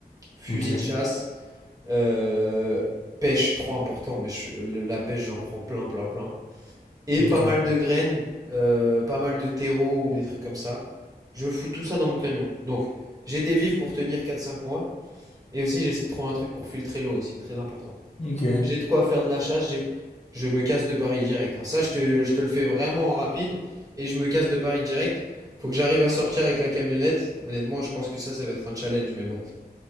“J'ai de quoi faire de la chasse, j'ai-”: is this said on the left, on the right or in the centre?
Right